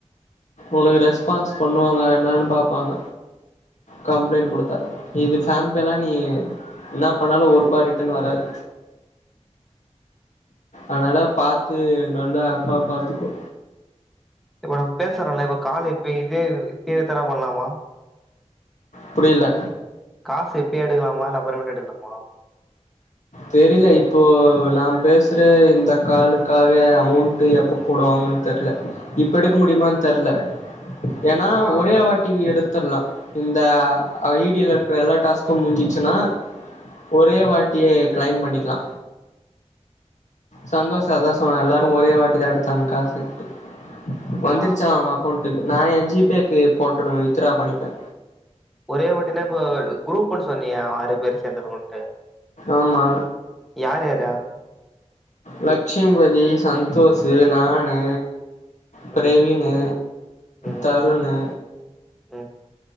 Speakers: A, on the left; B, in the centre.
A: ஒனக்கு ரெஸ்பான்ஸ் பண் ணுவாங்க என்னானு பாப்பாங்க கம்ளைண்ட் குடுத்தா இது ஃபேன் பேலா நீ இன்னா பண்ணாலு ஒரு பா ரிட்டன் வராது அனால பாத்து நல்ல ஆப்பா பாத்துக்கோ
B: ஒனக் பேசுறொல்ல இப்ப காலு இப்ப இதே இப்பயே தரவ் பண்லாமா
A: புரில
B: காசு இப்யே எடுக்கலாமா இல்ல அப்புறமேட்டு எடுக்னுமா
A: தெரில இப்போ நா பேசுற இந்த காலுக்காவே அமௌண்ட்டு எப்ப போடுவாங்கன் தெர்ல இப்ப எடுக்க முடியுமான் தெர்ல ஏனா
B: ஆ
A: ஒரே வாட்டி எடு த்துர்லா இந்த ஐ டி ல இருக்குற எல்லா டாஸ்க்கு முஞ்சிச்சுனா ஒரே வாட்டிய க்ளைம் பண்ணிக்லா சந்தோஷ் அதா சொன்னா எல்லாரு ஒரே வாட்டி தா எடுத்தாங்க காசுன்ட்டு வந்துருச்சா
B: ஆ
A: அரவுங்க அக்கோண்ட் நா என் ஜி பேக்கு போட்டுவே வித்ரா பண்ணிபே
B: ஒரே வாட்டினா இப்ப குரூப்புன் சொன்னியே ஆறு பேரு சேந்துருக்கோன்டு
A: ஆமா
B: யார் யாரா
A: லெச்சுமிபதி சந்தோஷ்சு நானு பிரவீன்னு
B: ம் ம்
A: தருணு
B: ம்